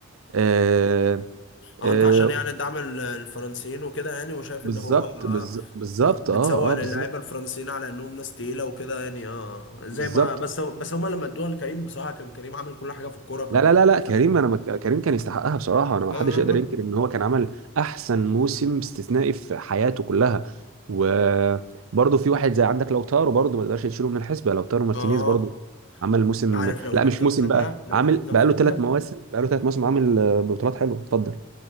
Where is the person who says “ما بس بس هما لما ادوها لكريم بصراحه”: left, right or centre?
Left